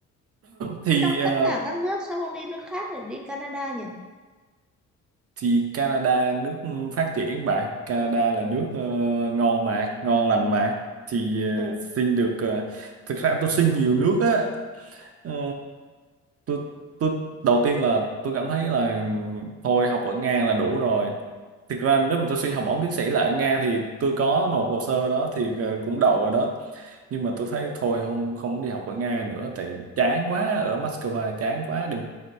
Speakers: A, on the right; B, in the centre.
A: thì
B: Trong
A: ờ,
B: tất cả các nước sao không đi nước khác lại đi Canada nhỉ?
A: thì Canada nước phát triển bạn Canada là nước ờ, ngon mà ngon lành mà thì ờ,
B: Ừ,
A: xin được ờ, thực ra tôi xin nhiều nước á Ờ, tôi tôi đầu tiên là tôi cảm thấy là thôi học ở Nga là đủ rồi thực ra nếu mà tôi xin học bổng tiến sĩ lại ở Nga thì tôi có nộp hồ sơ đó thì ờ, cũng đậu rồi đó nhưng mà tôi thấy thôi không không đi học ở Nga nữa tại chán quá ở Moscow chán quá đi